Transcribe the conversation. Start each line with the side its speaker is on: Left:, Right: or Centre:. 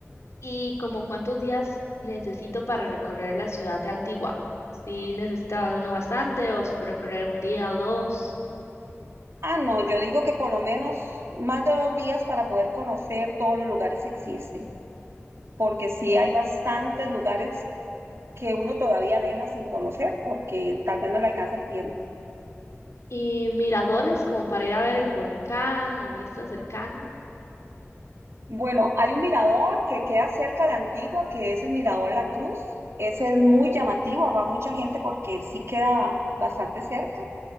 Left: ¿Y como cuántos días necesito para recorrer la ciudad de Antigua? Si necesitaba de uno bastante o se puede recorrer en un día o dos.
Right: Ah, no, yo digo que por lo menos más de dos días para poder conocer todos los lugares que existen. porque sí hay bastantes lugares que uno todavía deja sin conocer porque tal vez no le alcanza el tiempo.
Left: Y miradores como para ir a ver el volcán o vistas cercanas.
Right: Bueno, hay un mirador que queda cerca de Antigua, que es el Mirador La Cruz. Ese es muy llamativo, va mucha gente porque sí queda bastante cerca.